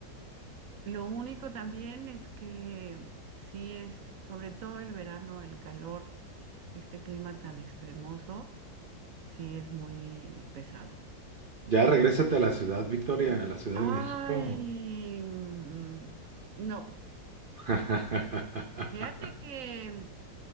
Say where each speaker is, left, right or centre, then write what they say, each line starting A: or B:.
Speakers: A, on the right; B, on the right.
A: lo único también es que sí es, sobre todo el verano, el calor, este clima tan extremoso, sí es muy pesado.
B: Ya regrésate a la ciudad, Victoria, a la Ciudad
A: Ay,
B: de México.
A: mm, no.
B: <laughs>
A: Fíjate que,